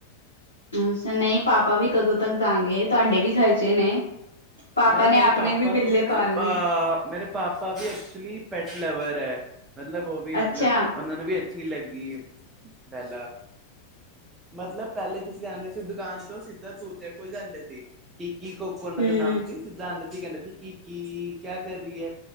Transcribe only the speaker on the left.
ਅੱਛਾ ਨਹੀ ਪਾਪਾ ਵੀ ਕਦੋਂ ਤੱਕ ਦਾਂਗੇ ਤੁਹਾਡੇ ਵੀ ਖਰਚੇ ਨੇ। ਪਾਪਾ
ਨੇ
ਆਪਣੇ
ਬਿੱਲੇ
ਪਾਲਣੇ
ਅੱਛਾ
ਹਮ